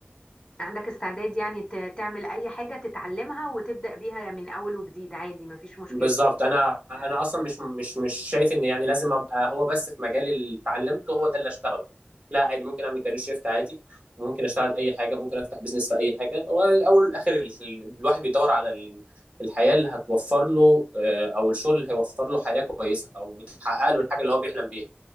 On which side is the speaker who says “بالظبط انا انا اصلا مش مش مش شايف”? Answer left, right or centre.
Right